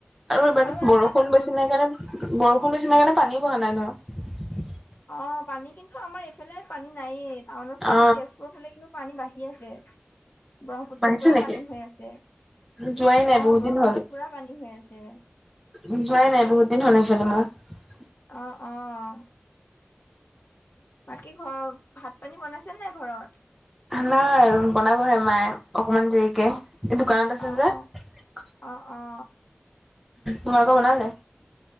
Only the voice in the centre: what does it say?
আৰু এইবাৰটো
বৰষুণ
বেছি নাই কাৰণে বৰষুণ বেছি নাই কাৰণে পানী বহা নাই ধৰক।
অ
বাঢ়িছে
নেকি
যোৱাই নাই
বহুত
দিন হ'ল
যোৱাই নাই বহুত দিন হ'লে সেইফালে মই।
নাই বনাবহে মায়ে অকমান দেৰিকে। এই দোকানত আছে
যে।
তোমালোকৰ বনালে?